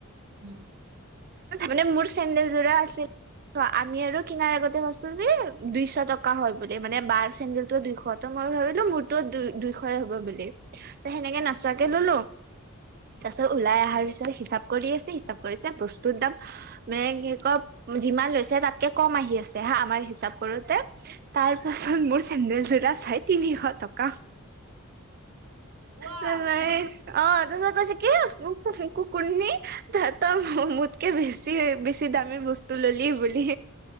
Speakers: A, on the right; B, on the right.
A: ওম!
B: মানে মোৰ চেন্দেল যোৰা আছিল। আমি আৰু কিনাৰ আগতে ভাবিছো যে দুইশ টকা হ'ল বুলি, মানে বাৰ চেন্দেল ও দুইশ। মই ভাবিলো মোৰটোও দুই দুইশয় হ'ব বুলি। ত সেনেকে নাচি - তাকে
A: উম
B: ললোঁ তাৰপিছত ওলাই অহাৰ
A: উম
B: পিছত হিচাপ কৰি আছে হিচাপ কৰি- যে বস্তুৰ দাম- মে কি ক যিমান লৈছে তাতকে কম আহি আছে হা আমাৰ হিচাপ কৰোতে। তাৰ পাছত
A: উম।
B: মোৰ চেণ্ডেল জোৰা চাই তিনিশ টকা।
A: ৱাও।
B: তাৰপিছত এই অ তাৰছেত কি কুকুনী তা- ত‌ই মোতকে বেছি বেছি দামী বস্তু ললি বুলি।